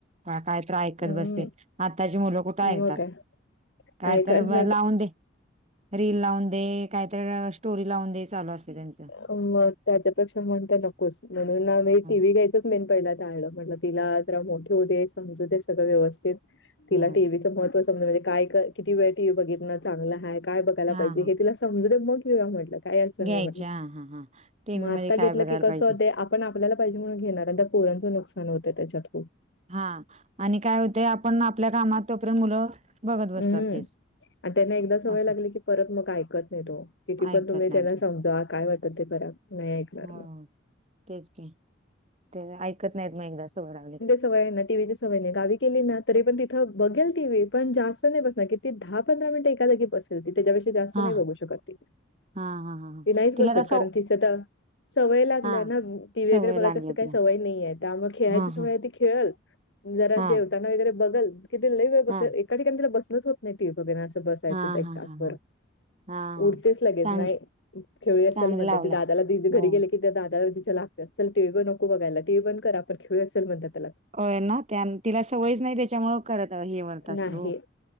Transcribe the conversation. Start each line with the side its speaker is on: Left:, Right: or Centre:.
Right: काय, काय तर ऐकत
Left: हं,
Right: बसते आत्ताची मुलं कुठे
Left: मग
Right: ऐकतात.
Left: काय.
Right: काय
Left: ऐकत
Right: तर म
Left: नाही
Right: लावून दे. रील लावून दे काहीत स्टोरी लावून दे चालू असते त्यांच.
Left: मग त्याच्यापेक्षा म्हणता नकोस म्हणून आ म
Right: हां.
Left: टीव्ही घ्यायच मेन पहिला टाळलं म्हटल तिला जरा मोठी होछ दे समजू दे सगळं व्यवस्थित तिला
Right: हो.
Left: टीव्हीचं महत्व समजने म्हणजे काय किती वेळ टी व्ही बघितन चांगलय काय बघ पाहिजे
Right: हां, हां.
Left: हे तिला समजूदे मग घेऊन या म्हटलं. काय अडचण
Right: घ्यायच्या
Left: नाही म्हटलं
Right: ह हा हां. टीव्हीमध्ये
Left: मग आत्ता घेतलं
Right: काय बघायला
Left: की कसं
Right: पाहिजे.
Left: होत आपण आपल्याला पाहिजे म्हणून घेणार आता पोरांचं नुकसान होतं त्याच्यात खूप
Right: हा आणि काय होते आपण आपल्या कामात तोपर्यंत मुलं बघत बसतात
Left: हम्म
Right: तेच.
Left: आणि त्यांना एकदा सवय
Right: असं
Left: लागली की परत मग ऐकत नाही तो. किती
Right: ऐकत
Left: पण तुम्ही
Right: नाहीत
Left: त्यांना समजावा काय वाटत ते करा नाही ऐकणार
Right: हो
Left: मग.
Right: तेच की ते ऐकत नाहीत मग एकदा सवय लागली
Left: होय न सवय नाही टीव्हीची सवय नाही गावी केली ना तरी पण तिथं बघेल टी व्ही पण जास्त नाही बस ती दहा, पंधरा मिनिट एका जागी बसेल ती त्याच्याबेक्षा जास्त
Right: हा
Left: नाही बघू शकत ती.
Right: हा हा हा हा
Left: ती नाहीच
Right: तिला
Left: बसत
Right: तस
Left: कारण तिच तर सवय लागल्या
Right: हा
Left: ना टी व्ही
Right: सवय
Left: वगैरे बघायच
Right: लागली
Left: असं काय
Right: तिला
Left: सवय नाही आहे त्या मग खेळायची
Right: हा
Left: सवय
Right: हा
Left: आहे ती खेळल जरा
Right: हा
Left: जेवताना वगैरे बघल किती लयी वेळ बस
Right: हा
Left: एका ठिकाणी तिला बसणच होत नाही टी व्ही बघेल ना असं बसायचं
Right: हा
Left: एक
Right: हा
Left: तास
Right: हा हा
Left: भर
Right: हा हा
Left: उठतेच लगेच
Right: चांग
Left: नाही. खेळुया
Right: चांगलं
Left: चल म्हणती
Right: लावलं
Left: ती दादाला घरी
Right: हो
Left: गेले की त्या दादाला तिच्याला चल टी व्ही बघु नो बघायला टी व्ही बंद कर आपण खेळुत चल बर त्याला
Right: होय ना त्या तिला सवयच नाही त्याच्यामुळ करत हे म्हणत
Left: नाही.
Right: असेल हो.